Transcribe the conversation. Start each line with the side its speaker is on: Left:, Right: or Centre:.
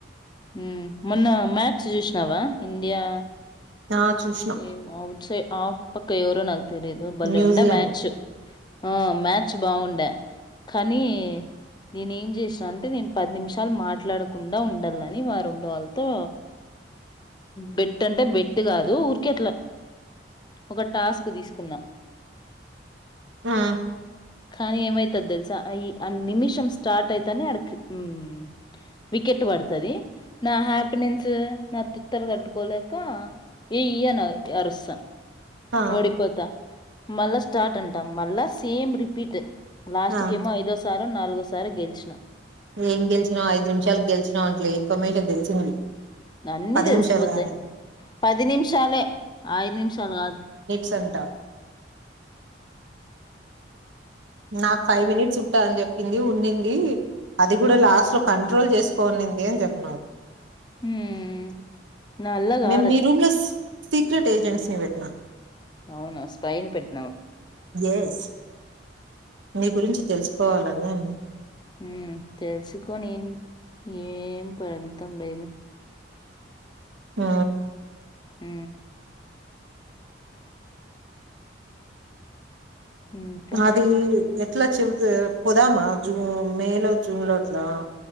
Left: హ్మ్మ్ మొన్న మ్యాచ్స్ చూసినావా ఇండియా
Right: ఆ చూసిన
Left: ఏం అవుట్ సైడ్ ఆఫ్ పక్కయోరు నాకు తేలీదు బలే
Right: న్యూజిలాండ్
Left: ఉండే మ్యాచు ఆ మ్యాచ్ బాగుండే కానీ నేను ఏం చేసా అంటే నేను పది నిమిషాలు మాట్లాడకుండా ని మా రూమ్ లో వాళ్ళతో బెట్ అంటే బెట్ కాదు ఊరికే అట్లా ఒక టాస్క్ తీసుకున్నా.
Right: ఆ
Left: కానీ ఏమైతది తెలుసా ఈ ఆ నిమిషం స్టార్ట్ అయితని అడకి హ్మ్మ్ వికెట్ పడుత్ అది నా హ్యాపీనెన్స్ నా తిక్కని తట్టుకోలేక ఏయి అని అరుస్త.
Right: ఆ
Left: ఓడిపోతా మళ్ళా స్టార్ట్ అంట మళ్ళా సేమ్ రిపీట్ లాస్ట్
Right: ఆ
Left: కెమో ఐదుసార్లు నాలుగు ఒకసారి గెలిచిన
Right: ఎం గెల్చినవ ఐదు నిమిషాలు గెలిచి నోట్లే ఇన్ఫర్మేషన్ తెలిసింది
Left: అన్నీ
Right: పది
Left: తెలిసిపోతే
Right: నిమిషాలు కాదు
Left: పది నిమిషాలే ఐదు నిమిషాలు కాదు
Right: సంటా నాకు ఫైవ్ మినిట్స్ ఉంటాంద అని చెప్పింది ఉండింది అది కూడా
Left: ఉమ్
Right: లాస్ట్ లో కం కంట్రోల్ చేసుకోనింది ఏం చెప్పన్నారు
Left: ఉమ్. నా వల్ల కాదట్
Right: మేము మీ రూమ్ లో సీక్రెట్ ఏజెంట్స్ ని వెట్నా
Left: అవును స్పైన్ పెట్
Right: ఎస్ నీ గురించి తెలుసుకోవాలం ఆ
Left: మ్ తెలుసుకోని ఏం పడ్ త్తం లేదు
Right: ఆ
Left: మ్ ఇంకా
Right: అది ఎ అట్లా చె పోదామా జూన్ మేలో జూన్ లో అట్లా